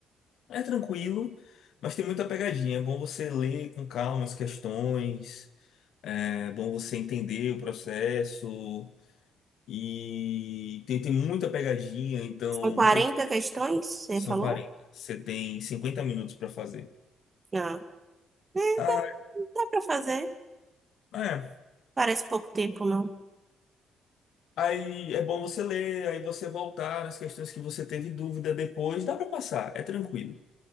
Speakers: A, on the left (about 75°); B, on the right (about 30°).
A: É tranquilo, mas tem muita pegadinha. É bom você ler com calma as questões, é bom você entender o processo. E tem, tem muita pegadinha, então
B: São 40
A: tem-
B: questões, você
A: são
B: falou?
A: 40. Você tem 50 minutos para fazer.
B: Não. É,
A: Ah,
B: dá, dá para fazer.
A: é.
B: Parece pouco tempo, não.
A: Aí é bom você ler, aí você voltar nas questões que você teve dúvida depois. Dá para passar, é tranquilo.